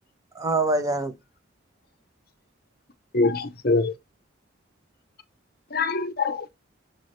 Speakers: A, on the right; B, on the left.
A: ہاں بھائی جان
B: ٹک چل <unintelligible>